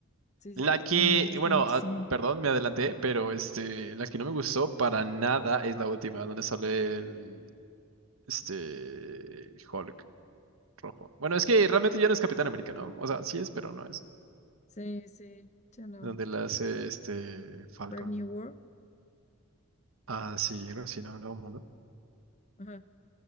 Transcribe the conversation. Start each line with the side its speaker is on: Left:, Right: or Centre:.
Left: sí, sí,
Right: La
Left: también
Right: que,
Left: me gusta
Right: bueno,
Left: muchísimo.
Right: ah, perdón, me adelanté, pero este, la que no me gustó para nada es la última, donde sale el, este, Hulk rojo. Bueno, es que realmente ya no es Capitán América, ¿no? O sea, sí es, pero no es.
Left: Sí, sí, ya no.
Right: Donde la hace este Falcon.
Left: Brave New World.
Right: Ah, sí, algo así, no, no,
Left: Ajá,